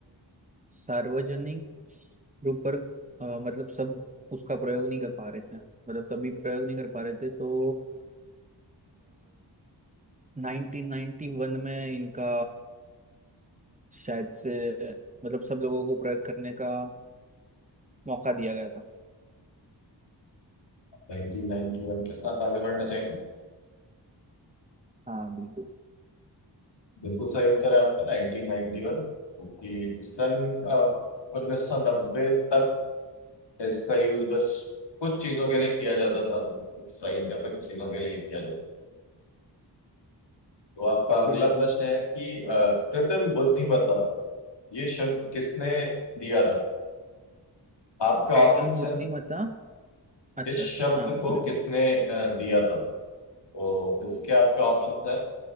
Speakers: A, on the right; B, on the left.
A: सार्वजनिक रूप पर अ, मतलब सब उसका प्रयोग नहीं कर पा रहे थे मतलब तभी प्रयोग नहीं कर पा रहे थे तो नाइनटीन नाइन्टी वन में इनका शायद से मतलब सब लोगों को प्रयोग करने का मौका दिया गया था
B: 1991 के साथ आगे बढ़ना चाहेंगे
A: हाँ बिल्कुल
B: बिल्कुल सही उत्तर है आपका 1991 क्योंकि सन उन्नीस सौ नब्बे तक इसका यूज बस कुछ चीजों के लिए किया जाता था साइंटिफिक चीजों के लिए ही किया जाता था तो आपका अगला
A: बिल्कुल
B: प्रश्न है कि अ, कृत्रिम बुद्धिमत्ता ये शब्द किसने दिया था आपके
A: प्रीतम
B: ऑप्शंस
A: बुद्धिमत्ता
B: हैं
A: अच्छा
B: इस
A: अच्छा
B: शब्द
A: हाँ
B: को
A: बोलोगे
B: किसने अ, दिया था तो इसके आपके ऑप्शंस हैं